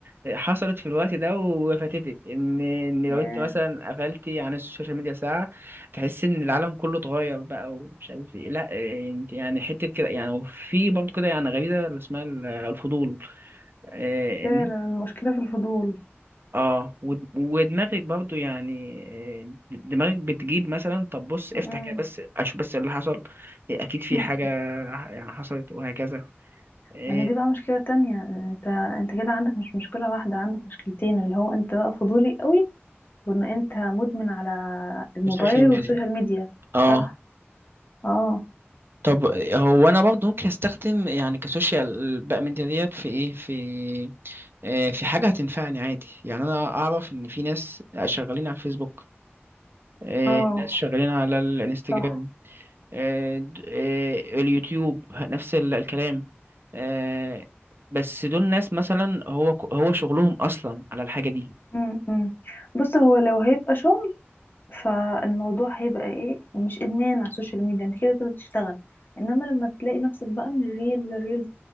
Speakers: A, on the right; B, on the left.
A: آه، حصلت في الوقت ده وفاتتك ان ان لو
B: ياه
A: انت مثلا قفلتي عن السوشيال ميديا ساعه تحس ان العالم كله اتغير بقى ومش عارف ايه لا آه، انت يعني حته كده يعني وفي برضه كده يعني غريزه اللي اسمها ال- الفضول آه،
B: فعلا
A: ان
B: المشكلة في الفضول
A: اه ود- ودماغك برضو يعني آه، دماغك بتجيب مثلا طب بص افتح
B: مم.
A: كده بس اشوف بس اللي حصل إيه، اكيد في
B: <laughs>
A: حاجة يعني حصلت وهكذا إيه،
B: ما هي دي بقى مشكلة تانية انت انت كده عندك مش مشكلة واحدة عندك مشكلتين اللي هو انت بقى فضولي قوي وان انت مدمن على الموبايل
A: السوشيال ميديا
B: والسوشيال ميديا
A: اه
B: صح اه
A: طب هو انا برضه ممكن استخدم يعني كسوشيال بقى ميديا ديت في ايه في آه، في حاجه هتنفعني عادي يعني انا اعرف ان في ناس شغالين على الفيسبوك آه،
B: اه
A: ناس شغالين على الانستجرام
B: صح
A: آه، د- آه، اليوتيوب نفس ال- الكلام آه، بس دول ناس مثلا هو ك- هو شغلهم اصلا على الحاجه دي
B: امم أمم. بص هو لو هيبقى شغل فالموضوع هيبقى ايه مش ادمان على السوشيال ميديا انت كده كده بتشتغل انما لما تلاقي نفسك بقى من ريل لريل